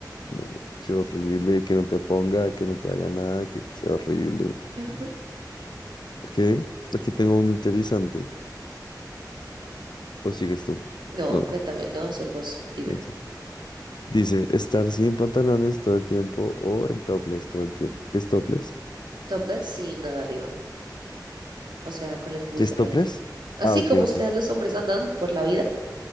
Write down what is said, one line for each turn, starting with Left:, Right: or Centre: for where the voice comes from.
Left: no, qué horrible, que no te ponga, que no te haga nada, que, qué horrible.
Right: Ujú.
Left: qué aquí tengo uno interesante. ¿O sigues tú?
Right: No,
Left: No.
Right: cuéntame, no, sos vos, dime.
Left: no sé. Dice, estar sin pantalones todo el tiempo o en topless todo el tiempo. ¿Qué es topless?
Right: Topless sin nada arriba. O sea, con las boobies
Left: ¿Qué es
Right: al
Left: topless?
Right: aire. Así
Left: Ah, ok,
Right: como ustedes
Left: ok.
Right: los hombres andan por la vida,